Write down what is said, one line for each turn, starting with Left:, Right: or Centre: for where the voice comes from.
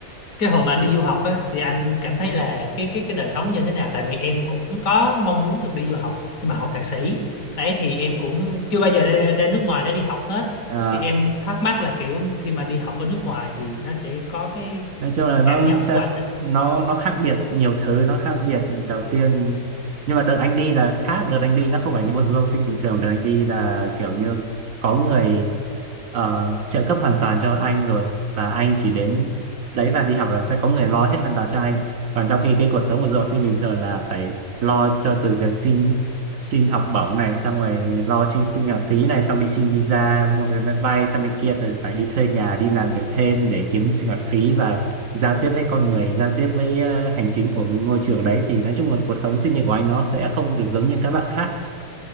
Left: cái hồi mà anh đi du học á thì anh cảm thấy là cái cái cái đời sống như thế nào tại vì em cũng có mong muốn được đi du học nhưng mà học thạc sĩ đấy thì em cũng chưa bao giờ ra, ra nước ngoài để đi học hết
Right: Ờ,
Left: thì em thắc mắc là kiểu khi mà đi học ở nước ngoài thì nó sẽ có cái
Right: nói chung là nó
Left: cảm nhận
Right: sẽ
Left: của anh thế nào
Right: nó nó khác biệt nhiều thứ nó khác biệt đầu tiên nhưng mà đợt anh đi là khác đợt anh đi nó không phải như một du học sinh bình thường đợt anh đi là kiểu như có người ờ, trợ cấp hoàn toàn cho anh rồi và anh chỉ đến đấy và đi học là sẽ có người lo hết hoàn toàn cho anh còn trong khi cái cuộc sống của du học sinh bình thường là phải lo cho từ việc xin xin học bổng này xong rồi lo chi sinh hoạt phí này xong đi xin visa mua vé máy bay sang bên kia rồi phải đi thuê nhà đi làm việc thêm để kiếm sinh hoạt phí và giao tiếp với con người giao tiếp với ờ, hành chính của ngôi trường đấy thì nói chung là cuộc sống sinh viên của anh nó sẽ không được giống như các bạn khác